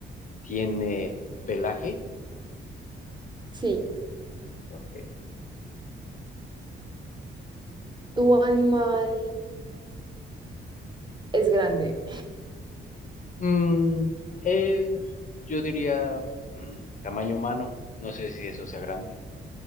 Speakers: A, on the left; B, on the right.
A: tiene pelaje.
B: Sí.
A: Ok.
B: ¿Tu animal es grande?
A: Mm, es, yo diría, mm, tamaño humano. No sé si eso sea grande.